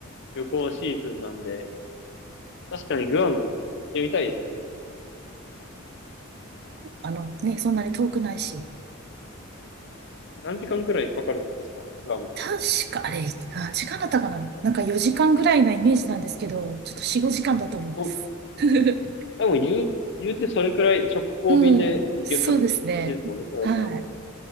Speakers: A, on the left; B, on the right.
A: 旅行シーズンなんで、確かにグアム行ってみたいですね。
B: あのね、そんなに遠くないし。
A: 何時間くらいかかるんですかグアムって。
B: 確か、あれ、何時間だったかななんか4時間ぐらいなイメージなんですけど、ちょっと4、5時間だと思います。
A: あそこ、
B: <laughs>
A: 多分言う、言うてそれくらい直行便で行ける感じですもんね、
B: うん、そうですね。
A: そうだったら。
B: はい。
A: あ、